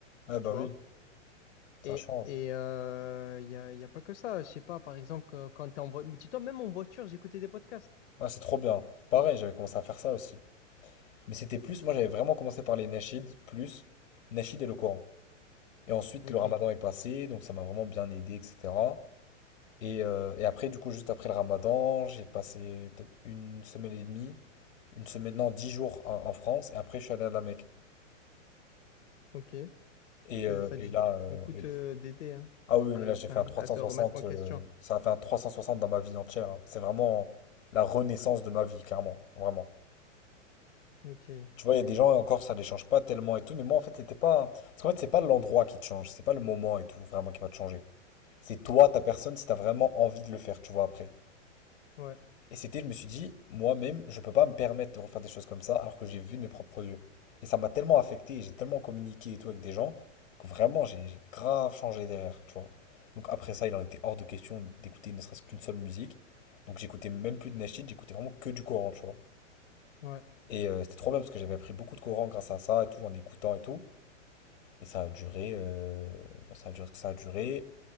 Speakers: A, on the left; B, on the left.
A: Eh bah
B: Tu vois.
A: oui, ça
B: Et
A: change.
B: et il euh, y a, y a pas que ça. Je sais pas, par exemple, que- quand t'es en voiture. Mais dis-toi, même en voiture, j'écoutais des podcasts.
A: Ouais, c'est trop bien. Pareil, j'avais commencé à faire ça aussi. Mais c'était plus, moi, j'avais vraiment commencé par les nasheed, plus nasheed et le Coran. Et ensuite,
B: Ok,
A: le ramadan est passé, donc ça m'a vraiment bien aidé, etc. Et, euh, et après, du coup, juste après le Ramadan, j'ai passé peut-être une semaine et demie, une semaine, non, dix jours en, en France, et après, je suis allé à la Mecque.
B: ok.
A: Et, euh,
B: Ça, ça a
A: et
B: dû
A: là, euh,
B: beaucoup
A: et-
B: te d'aider, hein,
A: ah
B: sur
A: oui,
B: des,
A: mais là, j'ai
B: enfin,
A: fait un 360,
B: à te remettre en question.
A: euh, ça a fait un 360 dans ma vie entière. hein. C'est vraiment la renaissance de ma vie, clairement, vraiment.
B: Ok,
A: Tu vois, il y a des gens, encore, ça les change pas tellement et tout, mais moi, en fait, c'était pas. Parce qu'en fait, c'est pas l'endroit qui te change, c'est pas le moment et tout, vraiment, qui va te changer. C'est toi, ta personne, si t'as vraiment envie de le faire, tu vois, après.
B: ouais,
A: Et c'était, je me suis dit, moi-même, je peux pas me permettre de refaire des choses comme ça alors que j'ai vu de mes propres yeux. Et ça m'a tellement affecté, et j'ai tellement communiqué et tout avec des gens que vraiment j'ai j'ai grave changé derrière, tu vois. Donc après ça, il en était hors de question d'écouter ne serait-ce qu'une seule musique. Donc j'écoutais même plus de Nashid, j'écoutais vraiment que du Coran, tu vois.
B: ouais,
A: Et euh, c'était trop bien parce que j'avais appris beaucoup de Coran grâce à ça et tout, en écoutant et tout. Et ça a duré, euh, bah, ça a duré ce que ça a duré.